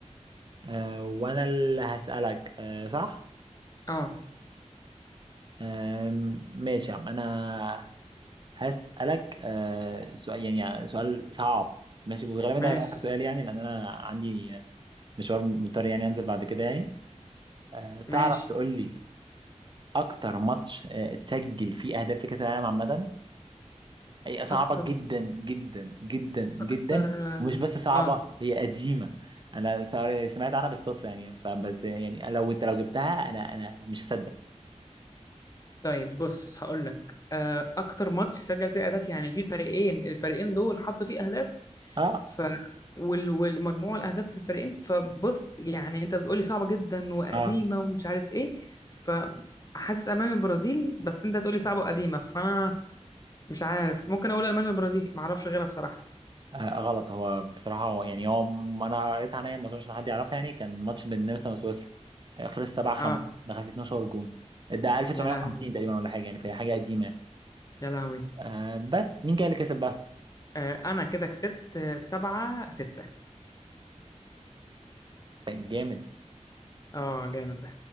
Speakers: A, on the right (about 40°); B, on the left (about 30°).
A: أه وانا اللي هسالك أه صح
B: اه
A: أه ماشي يا عم انا هسالك أه سؤال يعني يعني سؤال صعب ماشي وغالبا
B: ماشي
A: ده هيبقى اخر سؤال يعني لان انا عندي مشوار مضطر يعني انزل بعد كده يعني أه تعرف
B: ماشي
A: تقول لي اكتر ماتش أه اتسجل فيه اهداف في كاس العالم عامه هي صعبة
B: اكتر
A: جدا جدا جدا جدا
B: اكتر
A: ومش بس صعبة
B: اه آه.
A: هي قديمة انا سا- سمعت عنها بالصدفة يعني فبس يعني لو انت لو جبتها انا انا أنا مش هصدق
B: طيب بص هقول لك آه اكتر ماتش سجل فيه اهداف يعني في فريقين الفريقين دول حطوا فيه اهداف
A: اه
B: ف وال- والمجموع الاهداف في الفريقين فبص يعني انت بتقولي صعبه جدا وقديمه
A: اه
B: ومش عارف ايه فحاسس امان البرازيل بس انت تقولي صعبه وقديمه فانا مش عارف ممكن اقول المانيا والبرازيل ما اعرفش غيرها بصراحه
A: آه، غلط هو بصراحة هو يعني هو م- انا قريت عنها ما اظنش إن حد يعرفها يعني كان ماتش بين النمسا وسويسرا آه، خلص 7 5
B: اه
A: دخل فيه 12 جون ده 1950
B: يا لهوي
A: تقريبا ولا حاجة يعني فهي حاجة قديمة يعني
B: يا لهوي
A: آه بس مين كان اللي كسب بقى؟
B: آه انا كده كسبت آه، سبعة ستة
A: جامد
B: اه جامد ده